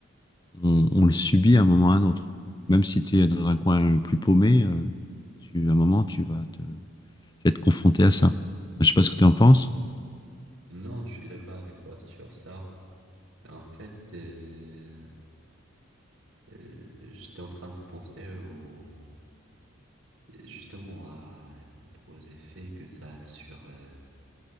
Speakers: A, on the left; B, on the right.
A: on, on le subit à un moment ou à un autre. Même si tu es dans un coin le plus paumé, euh, tu, à un moment, tu vas te, tu vas être confronté à ça. Je sais pas ce que tu en penses.
B: Non, je suis d'accord avec toi sur ça. En fait, euh, Euh, j'étais en train de penser au, justement à, aux effets que ça a sur, euh,